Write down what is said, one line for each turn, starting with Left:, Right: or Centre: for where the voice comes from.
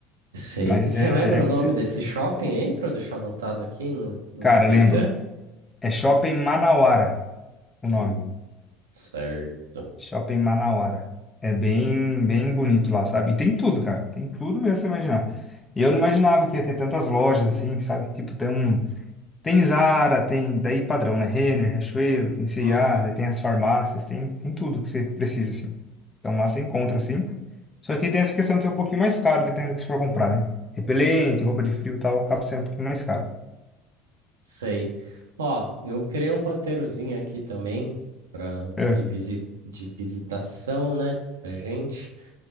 Right: sei.
Left: Mas
Right: E Você
Left: é...
Right: lembra o nome
Left: é- se-
Right: desse shopping aí, para eu deixar anotado aqui, não, não
Left: cara,
Right: esquecer?
Left: lembro. É Shopping Manauara o nome.
Right: Hum, certo.
Left: Shopping Manauara. É bem, bem bonito lá, sabe? E tem tudo, cara. Tem tudo mesmo que você imaginar. E eu não imaginava que ia ter tantas lojas assim, sabe? Tipo, tem um. Tem Zara, tem. Daí padrão, né? Renner, Riachuelo, tem C&A,
Right: Uhum,
Left: né? Tem as farmácias, tem, tem tudo que você precisa, assim. Então lá você encontra, assim. Só que tem essa questão de ser um pouquinho mais caro, dependendo do que você for comprar, né? Repelente, roupa de frio e tal, acaba sendo um pouquinho mais caro.
Right: sei. Ó, eu criei um roteirozinho aqui também para
Left: É,
Right: de visi- de visitação, né, pra gente.